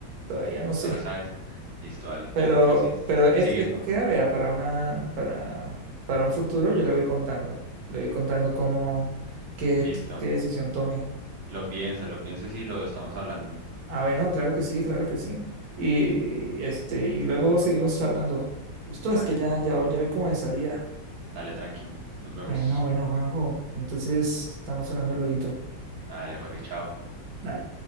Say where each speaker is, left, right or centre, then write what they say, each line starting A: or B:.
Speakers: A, on the right; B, on the right.
A: todavía no
B: No
A: sé.
B: lo sabes. Listo, dale.
A: Pero,
B: Entonces,
A: pero es-
B: sí, sigue.
A: esto queda, vea, para una, para, para un futuro yo le voy contando. Le voy contando cómo, qué,
B: Listo.
A: qué decisión tomé.
B: Lo piensa, lo piensa y lo estamos hablando.
A: Ah, bueno, claro que sí, claro que sí. Y este, y luego seguimos charlando. Listo,
B: Dale,
A: es que ya, ya, voy- ya voy como de salida.
B: dale, tranqui. Nos vemos.
A: Bueno, bueno, Juanjo. Entonces, estamos hablando lueguito.
B: Dale, Jorge, chao.
A: Dale.